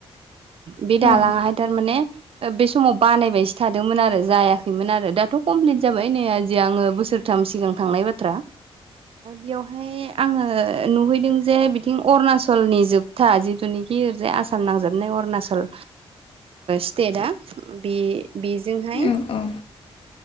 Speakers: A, on the right (about 65°); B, on the left (about 60°).
A: बे दालाङाहाय
B: ओं
A: थारमाने बे समाव बानायबायसो थादोंमोन आरो जायाखैमोन आरो दाथ' कमप्लिट जाबाय नै आजि आङो बोसोर थाम सिगां थांनाय बाथ्रा बेयावहाय आङो नुहैदों जे बिथिं अरुणाचलनि जोबथा जिथुनिखि ओरैजाय आसाम नांजाबनाय अरुनाचल स्टेटआ बे बेजोंहाय
B: औ ओं औ ओं